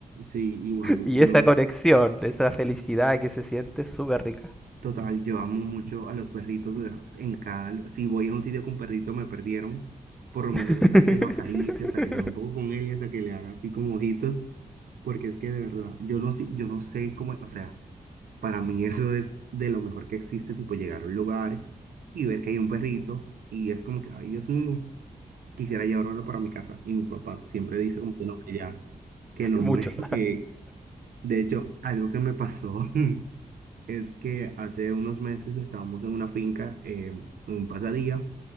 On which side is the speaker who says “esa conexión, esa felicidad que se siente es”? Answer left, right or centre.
Centre